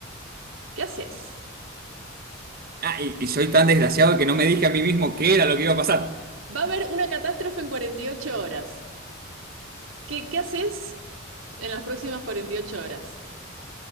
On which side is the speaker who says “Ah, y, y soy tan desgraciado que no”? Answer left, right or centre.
Right